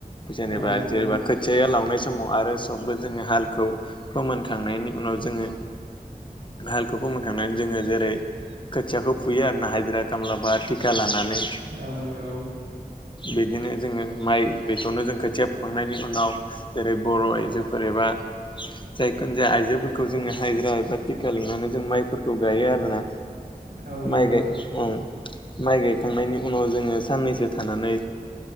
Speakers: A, on the left; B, on the right.
A: जेनेबा
B: औ नंगौ
A: जेनेबा खोथि लावनाय- समाव आरो सबबो जोङो हालखौ फोमोनखांनायनि उनाव जोङो हाल खौ फोमोनखांनानै जोङो जेरै खोथियाखौ फुयो आरो ना हाजिरा, खामला बा टि खा लानानै
B: औ नंगौ
A: बिदिनो जोङो माइ बेखौनो जों खोथिया फुखांनायनि उनाव जेरै बर' आइजोफोर एबा जायखुनजाया आइजोफोरखौ जों हाजिरा एबा टिका लिंनानै जों माइफोरखौ गायो आरोना।
B: औ नंगौ औ नंगौ
A: माइ गाय ओम माइ गायखांनायनि उनाव जोङो साननैसो थानानै